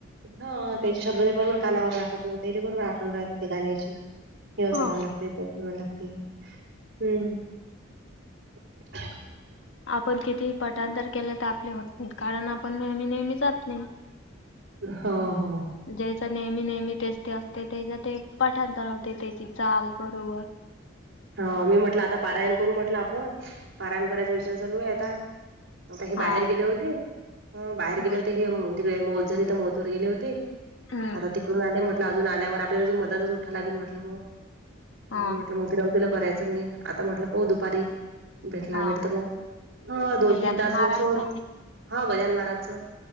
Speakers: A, on the right (about 65°); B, on the left (about 65°).
A: हा त्याचे शब्द ते बरोबर कानावर राहतात मग ते बरोबर आठवणून राहते ते गाण्याची. हे असं
B: हो.
A: मला लागत ते मला लागते हम्म. <inaudible>
B: आपण किती पाठांतर केलं तर आपले होत नाही कारण आपण नेहमी नेहमी जात नाही.
A: हो हो
B: ज्याचा नेहमी नेहमी तेच ते असते त्याचा ते पाठतरावते त्याची चाल बरोबर.
A: हा मी म्हटलं आता पारायण करू आपण, पारायण करायचा विचार चालू आता. आता हे बाहेर
B: हा
A: गेले होते, बाहेर
B: ग-
A: गेले होते हे. तिकडे मोत झाली तर मोत ववर गेले होते.
B: हम्म
A: तिकून आले म्हटलं अजून आल्यावर आपल्याला अजून मदातच उठा लागेल म्हटलं, मग
B: हा
A: म्हणून म्हटले मग. दिलं करायचं आता म्हटलं बघू दुपारी. भेटला
B: हा
A: वेळ तर मग हा दोन
B: गजानन
A: तीन तास
B: महाराजचा
A: मग सहज हा गजानन महाराजांचं.